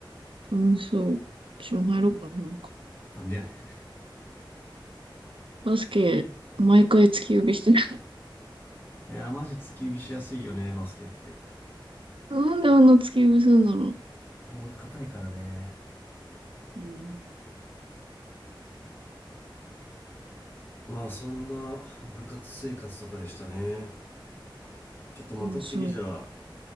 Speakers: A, on the right (about 85°); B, on the left (about 25°).
A: 楽しそう。私も入ろうかな、なんか。
B: なんでやね
A: バスケ、毎回突き指してない。
B: んいやマジ突き指しやすいよねバスケって
A: <laughs> なんであんな突き指するんだろ
B: ボール硬いからね
A: う。うん
B: まあそんな部活生活とかでしたねちょっとまた次じゃあ
A: 楽しみ。